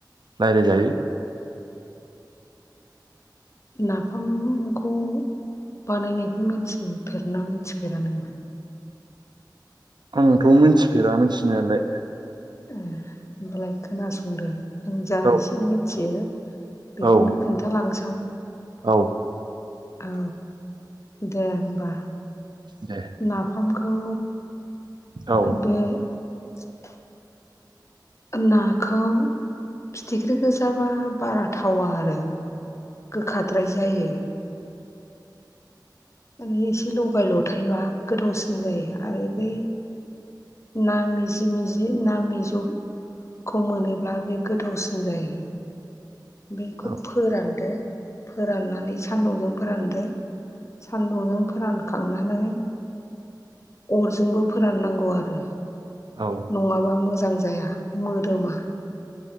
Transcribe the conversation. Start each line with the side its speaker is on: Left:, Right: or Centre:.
Right: रायलायजायो।
Left: नाफामखौ बानायनायखौ मिथिफेरा मिथिफेरा नों
Right: आंथ' मिथिफेरा मिथिनायालाय
Left: ए होनोमबालाय खोनासंदो आं जा
Right: औ
Left: एसे मिथियो बेखौनो
Right: औ
Left: खोन्थालांसां
Right: औ
Left: औ दे होमबा
Right: दे
Left: नाफामखौ
Right: औ
Left: बे <unintelligible> नाखौ फिथिख्रि गोजाबा बारा थावा आरो गोखाद्राय जायो मान एसे लगाय ल'थायबा गोथावसिन जायो आरो बै ना मिजि मिजि नामज' खौ मोनोब्ला बे गोथावसिन जायो बेखौ
Right: औ
Left: फोरानदो फोराननानै सान्दुंजों फोरानदो सान्दुंजों फोरानखांनानै अरजोंबो फोराननांगौ आरो
Right: औ
Left: नङाबा मोजां जाया मोदोमा